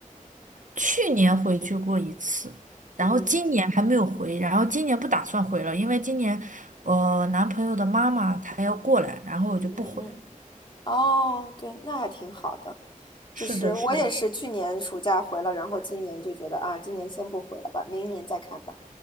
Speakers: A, on the right; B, on the left.
A: 去年回去过一次，然后今年还没有回，
B: 嗯
A: 然后今年不打算回了，因为今年我男朋友的妈妈她要过来，然后我就不回了。
B: 嗯嗯。哦，对，那还挺好的。就是我也是去年暑假回了，
A: 是的，是的，
B: 然后今年就觉得啊，今年先不回了吧，明年再看吧。